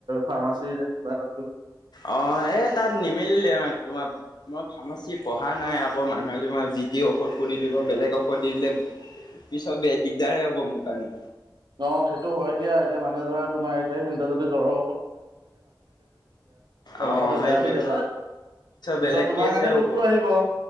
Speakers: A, on the right; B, on the left.
A: ফাৰ্মাচীৰ যে কিবা এটা
B: অ', এই তাত নিমিলিলে তোমাৰ-তোমাৰ ফাৰ্মাচী পঢ়া নাই আৰু। অকল মানুহে তোমাৰ যি টি ঔষধ কৰি দিব, বেলেগ ঔষধ দি দিলে পিছত <unintelligible> দিগদাৰ হে হ'ব মোৰ কাৰণে।
A: অ সেইটো হয় দিয়া এতিয়া মানে ধৰা তোমাৰ এতিয়া সিহঁতে যদি জ্বৰৰ এ
B: অ
A: কথাটো বেয়া
B: সেইটোৱে।
A: হৈ যাব। পিছত
B: বেলেগ
A: তোমাৰ
B: কেচহে
A: গাতে
B: হ'ব
A: দুখটো আহিব,